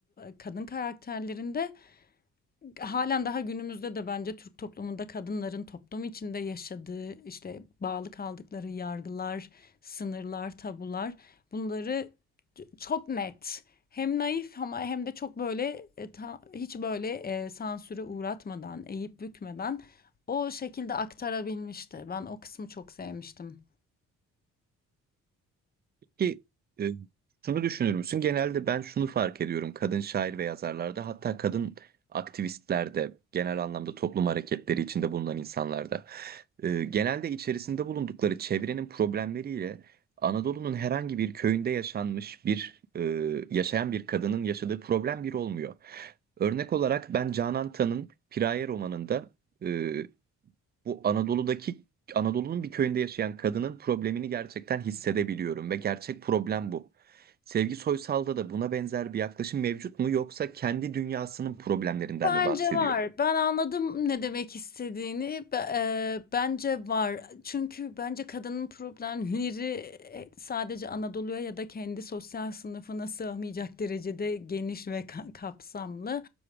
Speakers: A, on the left (about 30°); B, on the right (about 30°).
A: kadın karakterlerinde halen daha günümüzde de bence Türk toplumunda kadınların toplum içinde yaşadığı işte bağlı kaldıkları yargılar, sınırlar, tabular bunları çok net hem naif ama hem de çok böyle e, ta- hiç böyle e, sansüre uğratmadan, eğip bükmeden o şekilde aktarabilmişti. Ben o kısmı çok sevmiştim.
B: Peki e, şunu düşünür müsün? Genelde ben şunu fark ediyorum kadın şair ve yazarlarda hatta kadın aktivistlerde genel anlamda toplum hareketleri içinde bulunan insanlarda e, genelde içerisinde bulundukları çevrenin problemleriyle Anadolu'nun herhangi bir köyünde yaşanmış bir e, yaşayan bir kadının yaşadığı problem bir olmuyor. Örnek olarak ben Canan Tan'ın Piraye romanında e, bu Anadolu'daki Anadolu'nun bir köyünde yaşayan kadının problemini gerçekten hissedebiliyorum ve gerçek problem bu. Sevgi Soysal'da da buna benzer bir yaklaşım mevcut mu yoksa kendi dünyasının problemlerinden
A: Bence
B: mi bahsediyor?
A: var. Ben anladım ne demek istediğini. Be- e, bence var. Çünkü bence kadının problemleri e, sadece Anadolu'ya ya da kendi sosyal sınıfına sığmayacak derecede geniş ve ka- kapsamlı.